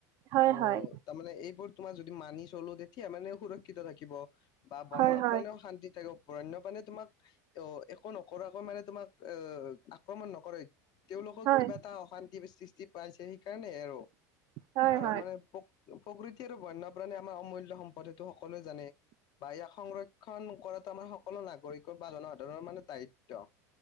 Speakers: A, on the right; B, on the left.
A: হয়
B: অ
A: হয়
B: তাৰ মানে এইবোৰ তোমাৰ যদি মানি চলোতে সেয়া মানে সুৰক্ষিত থাকিব বা বন্যপ্ৰাণেও
A: হয় হয়
B: শান্তি থাকিব বন্য প্ৰাণে তোমাক অ একো নকৰাকৈ মানে তোমাক অ আক্ৰমণ নকৰে তেওঁলোকক
A: হয়
B: কিবা এটা অশান্তি সৃষ্টি পাইছে সেইকাৰণে আৰু
A: হয়
B: আৰু
A: হয়।
B: মানে প্ৰ প্ৰকৃতিৰ বন্যপ্ৰাণে আমাৰ অমূল্যয় সম্পদ সেইটো সকলোৱে জানে বা ইয়াক সংৰক্ষণ কৰাটো আমাৰ সকলো নাগৰিকৰ বা জনসাধাৰণৰ মানে দায়িত্ব